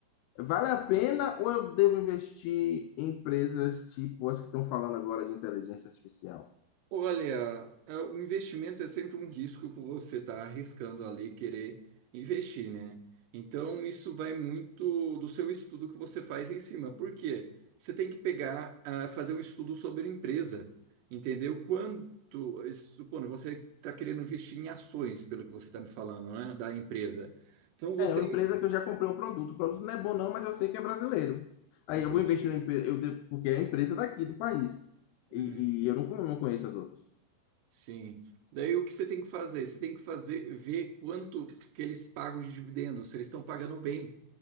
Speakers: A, on the left; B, on the right.
A: Vale a pena ou eu devo investir em empresas tipo as que estão falando agora de inteligência artificial?
B: Olha, é, o investimento é sempre um risco que você está arriscando ali querer investir, né? Então, isso vai muito do seu estudo que você faz em cima. Por quê? Você tem que pegar, ah, fazer um estudo sobre a empresa, entendeu? Quanto, eh, supondo, você está querendo investir em ações, pelo que você está me falando, né? Da empresa. Então, você...
A: É, é uma empresa que eu já comprei um produto. O produto não é bom não, mas eu sei que é brasileiro. Aí
B: Entende.
A: eu vou investir numa empresa, eu devo- porque é a empresa daqui do país. E,
B: Uhum.
A: e eu não, não conheço as outras.
B: Sim. Daí o que você tem que fazer? Você tem que fazer, ver quanto que eles pagam de dividendos, se eles estão pagando bem.